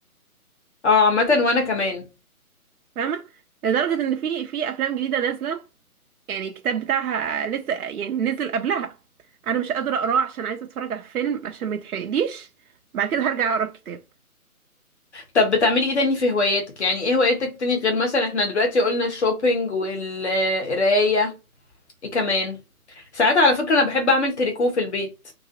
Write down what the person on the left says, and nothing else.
اه عامة وانا كمان
طب بتعملي ايه تاني في هواياتك يعني ايه هواياتك تاني غير مثلا احنا دلوقتي قلنا الشوبينج والقراية ايه كمان ساعات على فكرة انا بحب اعمل تريكو في البيت